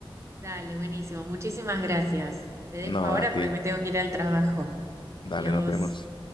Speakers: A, on the right; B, on the left.
A: Dale, buenísimo. Muchísimas gracias. Te dejo
B: no,
A: ahora
B: a ti.
A: porque me tengo que ir al trabajo.
B: Dale,
A: Adiós.
B: nos vemos.